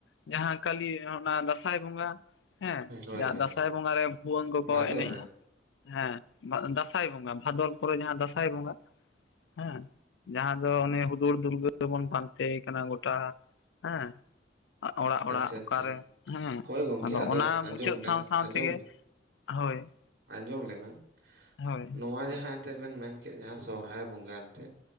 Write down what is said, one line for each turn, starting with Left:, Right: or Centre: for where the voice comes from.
Left: ᱡᱟᱦᱟᱸ ᱠᱟᱞᱤ ᱚᱱᱟ ᱫᱟᱸᱥᱟᱭ ᱵᱚᱸᱜᱟ ᱦᱮᱸ
Right: ᱦᱳᱭ
Left: ᱡᱟᱦᱟᱸ
Right: ᱦᱳᱭ
Left: ᱫᱟᱸᱥᱟᱭ ᱵᱚᱸᱜᱟ ᱨᱮ ᱵᱷᱩᱣᱟᱹᱝ ᱠᱚᱠᱚ
Right: ᱵᱷᱟᱫᱚᱨ
Left: ᱮᱱᱮᱡᱼᱟ
Right: ᱨᱮ
Left: ᱦᱮᱸ ᱫᱟᱸᱥᱟᱭ ᱵᱚᱸᱜᱟ ᱵᱷᱟᱫᱚᱨ ᱯᱚᱨᱮ ᱡᱟᱦᱟᱸ ᱫᱟᱸᱥᱟᱭ ᱵᱚᱸᱜᱟ ᱦᱮᱸ ᱡᱟᱦᱟᱸ ᱫᱚ ᱚᱱᱮ ᱦᱩᱫᱩᱲ ᱫᱩᱨᱜᱟᱹ ᱵᱚᱱ ᱯᱟᱱᱛᱮ ᱭᱮ ᱠᱟᱱᱟ ᱜᱚᱴᱟ ᱦᱮᱸ ᱚᱲᱟᱜ ᱚᱲᱟᱜ
Right: ᱟᱪᱪᱷᱟ
Left: ᱚᱠᱟᱨᱮ
Right: ᱟᱪᱪᱷᱟ
Left: ᱦᱮᱸ
Right: ᱦᱳᱭ ᱜᱚᱢᱠᱮ
Left: ᱟᱫᱚ ᱚᱱᱟ
Right: ᱟᱸᱡᱚᱢ
Left: ᱢᱩᱪᱟᱹᱫ
Right: ᱵᱮᱱ
Left: ᱥᱟᱶ ᱥᱟᱶ
Right: ᱟᱸᱡᱚᱢ
Left: ᱛᱮᱜᱮ ᱦᱳᱭ
Right: ᱟᱸᱡᱚᱢ ᱞᱮ ᱵᱮᱱ
Left: ᱦᱳᱭ
Right: ᱱᱚᱣᱟ ᱡᱟᱦᱟᱸ ᱛᱮᱜ ᱵᱮᱱ ᱢᱮᱱ ᱠᱮᱫ ᱡᱟᱦᱟᱸ ᱥᱚᱦᱨᱟᱭ ᱵᱚᱸᱜᱟ ᱮᱱᱛᱮ